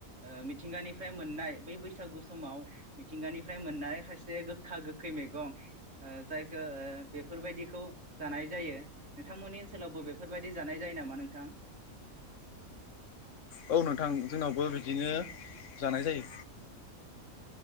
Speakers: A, on the right; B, on the left.
A: ओ मिथिंगानिफ्राय मोननाय बै बैसागु समाव मिथिंगानिफ्राय मोननाय खायसे गोखा गोखै मेगं ओ जायखो ओ बेफोरबायदिखौ जानाय जायो। नोंथांमोननि ओनसोलावबो बेफोरबायदि जानाय जायो नामा नोंथां?
B: औ नोंथां जोंनावबो बिदिनो जानाय जायो।